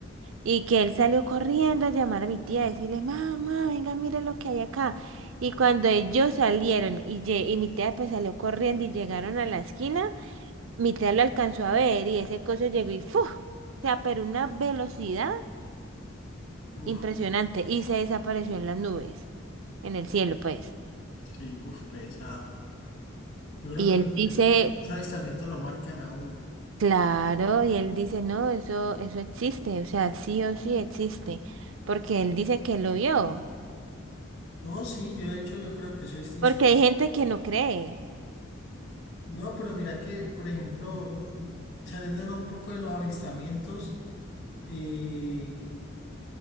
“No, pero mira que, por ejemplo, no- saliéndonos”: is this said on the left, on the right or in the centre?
Left